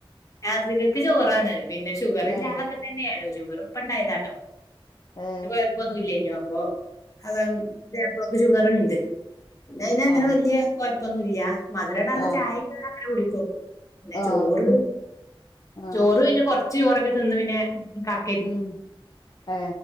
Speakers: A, on the left (about 35°); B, on the left (about 55°).
A: രാത്രികക്ക് ചോറാണ് പിന്നെ ഷുഗറല്ല
B: ഏ
A: ആളൊക്കെ തന്നെയാണ് ഷുഗർ ഇപ്പ ഉണ്ടായതാട്ടോ
B: ഏഹ്
A: പ്പൊന്നും ഇല്ലെനു അപ്പൊ അതാ നേരത്തത്തെ ഷുഗർ ഉണ്ട് പിന്നെ അയിന് അങ്ങനെ
B: ആ
A: വല്ലിയ കൊഴപ്പൊന്നുമല്ല മധുരടാതെ
B: ആ
A: ചായയൊക്ക അങ്ങനെ കുടിക്കും പിന്നെ
B: ആ
A: ചോറ്
B: ആ
A: ചോറ് പിന്നെ കൊറച്ച് ചോറൊക്കെ തിന്ന് പിന്നെ ക
B: ഉം ഏ